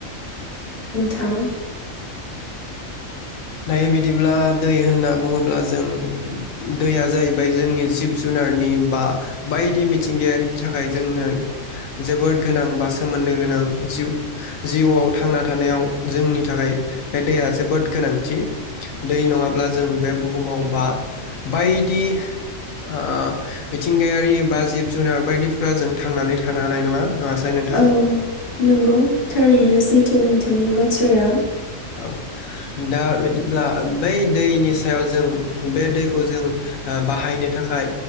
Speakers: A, on the left; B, on the left.
A: थां।
B: दायो बिदिब्ला दै होनना बुङोब्ला जों दैया जाहैबाय जोंनि जिब जुनारनि बा बायदि मिथिंगायारिनि थाखाय जोंनो जोबोद गोनां बा सोमोन्दो गोनां जिउ जिउआव थांना थानायाव जोंनि थाखाय बे दैया जोबोद गोनां। <unintelligible> दै नङाब्ला जों बे बुहुमाव बा बायदि ओ मिथिंगायारि बा जिब जुनार बायदिफोरा जों थांनानै थानो हानाय नङा। नङासै नोंथां
A: औ नंगौ थारैनो सैथो नोंथांनि बाथ थ्राया।
B: औ दा बिदिब्ला बै दैनि सायाव जों बे दैखौ जों ओ बाहायनो थाखाय